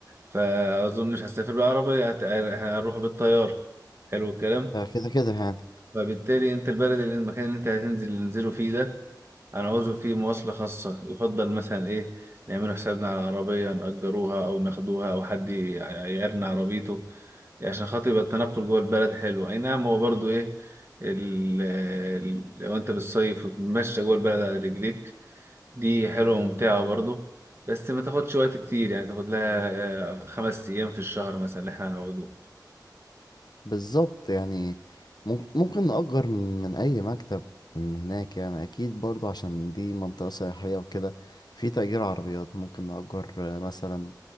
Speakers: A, on the right; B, on the left.
A: فاظن مش هسافر بالعربيه هت- هنروح بالطياره حلو الكلام
B: آه، كده كده يعني
A: فبالتالي انت البلد اللي المكان اللي انت هتنزل ننزله فيه ده هنعوزه فيه مواصلة خاصة يفضل مثلا ايه نعمله حسابنا على عربية نأجروها او ناخدوها او حد ي- يعيرنا عربيته عشان خاطر يبقى التنقل جوه البلد حلو اي نعم هو برضو ايه ال- ال- لو انت بالصيف وتتمشى جوه البلد على رجليك دي حلوة وممتعة برضو بس ما تاخدش وقت كتير يعني تاخد لها آه، خمس ايام في الشهر مثلا اللي احنا هنقعدوه
B: بالظبط يعني ممك- ممكن نأجر من من أي مكتب من هناك يعني أكيد برضو عشان دي منطقة سياحية وكده في تأجير عربيات ممكن نأجر آه، مثلا